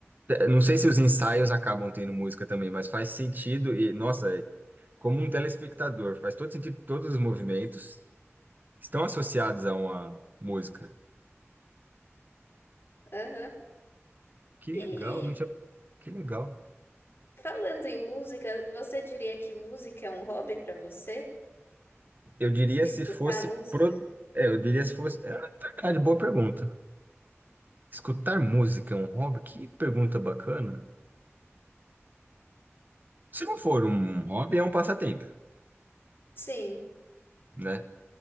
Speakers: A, on the right (about 40°); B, on the left (about 50°).
A: não sei se os ensaios acabam tendo música também, mas faz sentido e, nossa, é como um telespectador, faz todo sentido, todos os movimentos estão associados a uma música.
B: Aham.
A: Que legal,
B: E
A: não tinha, que legal.
B: Falando em música, você diria que música é um hobby pra você?
A: Eu diria
B: De
A: se
B: escutar
A: fosse
B: música?
A: pro, é, eu diria se fosse, é é verdade, boa pergunta. Escutar música é um hobby? Que pergunta bacana. Se não for um hobby, é um passatempo,
B: Sim,
A: né?